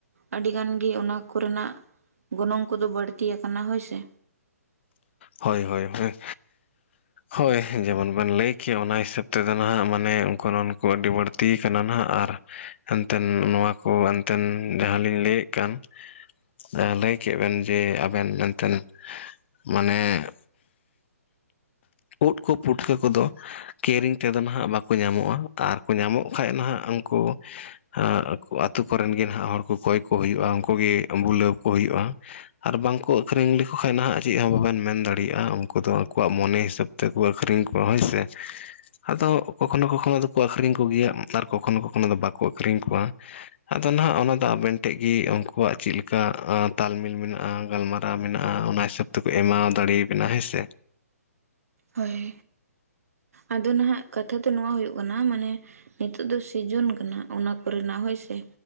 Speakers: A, on the right; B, on the left.
A: ᱟᱹᱰᱤ ᱜᱟᱱ ᱜᱮ ᱚᱱᱟ ᱠᱚᱨᱮᱱᱟᱜ ᱜᱚᱱᱚᱝ ᱠᱚᱫᱚ ᱵᱟᱹᱲᱛᱤ ᱟᱠᱟᱱᱟ ᱦᱳᱭ ᱥᱮ᱾
B: ᱦᱳᱭ ᱦᱳᱭ ᱦᱳᱭ᱾ ᱦᱳᱭ ᱡᱮᱢᱚᱱ ᱵᱮᱱ ᱞᱟᱹᱭ ᱠᱮ ᱚᱱᱟ ᱦᱤᱥᱟᱹᱵ ᱛᱮᱫᱚ ᱱᱟᱦᱟᱜ ᱢᱟᱱᱮ ᱜᱚᱱᱚᱱ ᱠᱚ ᱟᱹᱰᱤ ᱵᱟᱹᱲᱛᱤᱭ ᱠᱟᱱᱟ ᱱᱟᱦᱟᱜ ᱟᱨ ᱦᱮᱱᱛᱮᱱ ᱱᱚᱣᱟ ᱠᱚ ᱮᱱᱛᱮᱱ ᱡᱟᱦᱟᱸᱞᱤᱧ ᱞᱟᱹᱭᱮᱫ ᱠᱟᱱ ᱫᱚ ᱞᱟᱹᱭ ᱠᱮᱫ ᱵᱮᱱ ᱡᱮ ᱟᱵᱮᱱ ᱢᱮᱱᱛᱮᱱ ᱢᱟᱱᱮ ᱩᱫᱽ ᱠᱚ ᱯᱩᱴᱠᱟᱹ ᱠᱚᱫᱚ ᱠᱮᱨᱤᱝ ᱛᱮᱫᱚ ᱱᱟᱦᱟᱸᱜ ᱵᱟᱠᱚ ᱧᱟᱢᱚᱜᱼᱟ, ᱟᱨ ᱠᱚ ᱧᱟᱢᱚᱜ ᱠᱷᱟᱡ ᱱᱟᱦᱟᱜ ᱩᱱᱠᱩ ᱟ ᱟᱛᱳ ᱠᱚᱨᱮᱱ ᱜᱮ ᱱᱟᱦᱟᱸᱜ ᱦᱚᱲ ᱠᱚ ᱠᱚᱭ ᱠᱚ ᱦᱩᱭᱩᱜᱼᱟ ᱩᱱᱠᱩᱜ ᱜᱮ ᱵᱩᱞᱟᱹᱣ ᱠᱚ ᱦᱩᱭᱩᱜ-ᱟ᱾ ᱟᱨ ᱵᱟᱝᱠᱚ ᱟᱹᱠᱷᱨᱤᱧ ᱞᱮᱠᱚ ᱠᱷᱟᱱ ᱱᱟᱦᱟᱜ ᱪᱮᱫ ᱦᱚᱸ ᱵᱟᱵᱮᱱ ᱢᱮᱱ ᱫᱟᱲᱮᱭᱟᱜᱼᱟ ᱩᱱᱠᱩ ᱫᱚ ᱟᱠᱚᱣᱟᱜ ᱢᱚᱱᱮ ᱦᱤᱥᱟᱹᱵ ᱛᱮᱠᱚ ᱟᱹᱠᱷᱨᱤᱧ ᱠᱚᱭᱟ ᱦᱳᱭ ᱥᱮ᱾ ᱟᱫᱚ ᱠᱚᱠᱷᱚᱱᱚ ᱠᱚᱠᱷᱚᱱᱚ ᱟᱫᱚᱠᱚ ᱟᱠᱷᱨᱤᱧ ᱠᱚᱜᱮᱭᱟ ᱟᱨ ᱠᱚᱠᱷᱚᱱᱚ ᱠᱚᱠᱷᱚᱱᱚ ᱫᱚ ᱵᱟᱠᱚ ᱟᱠᱷᱨᱤᱧ ᱠᱚᱣᱟ᱾ ᱟᱫᱚ ᱱᱟᱦᱟᱜ ᱚᱱᱟ ᱫᱚ ᱟᱵᱮᱱ ᱴᱷᱮᱡ ᱜᱮ ᱩᱱᱠᱩᱣᱟᱜ ᱪᱮᱫ ᱞᱮᱠᱟ ᱛᱟᱞᱢᱤᱞ ᱢᱮᱱᱟᱜᱼᱟ᱾ ᱜᱟᱞᱢᱟᱨᱟᱣ ᱢᱮᱱᱟᱜᱼᱟ ᱚᱱᱟ ᱦᱤᱥᱟᱹᱵ ᱛᱮᱠᱚ ᱮᱢᱟᱣ ᱫᱟᱲᱮᱭᱟᱵᱮᱱᱟ ᱦᱮᱸ ᱥᱮ᱾
A: ᱦᱳᱭ᱾ ᱟᱫᱚ ᱱᱟᱦᱟᱸᱜ ᱠᱟᱛᱷᱟ ᱫᱚ ᱱᱚᱣᱟ ᱦᱩᱭᱩᱜ ᱠᱟᱱᱟ ᱢᱟᱱᱮ ᱱᱤᱛᱚᱜ ᱫᱚ ᱥᱤᱡᱩᱱ ᱠᱟᱱᱟ ᱚᱱᱟ ᱠᱚᱨᱮᱱᱟᱜ ᱦᱳᱭ ᱥᱮ᱾